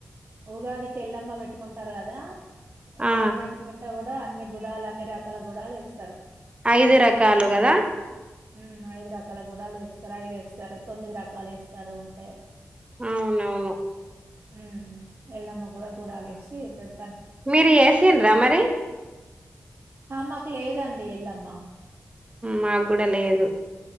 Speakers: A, on the right; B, on the right.
A: ఉగాదికి ఎళ్ల్లమ్మ పెట్టుకుంటారు కదా ఎల్లమ్మ
B: ఆ
A: పెట్టుకుంటా కూడా అన్ని గుడాల అన్ని రక్ క్ల గుడాలు వేస్తారు
B: ఐదు రకాలు కదా
A: ఉ ఐదు రకాల గూడలు వేస్తారు ఐదు వేస్తారు తొమ్మిది రకాలు వేస్తారు ఉంటే
B: అవునవును
A: ఉ ఎల్లమ్మ కూడా గుడాలేసి పెడు
B: మీరు ఎసిండ్ర మరి
A: ఆ మాకు లేదండి ఎళ్ళమ్మా
B: మాకు కూడా లేదు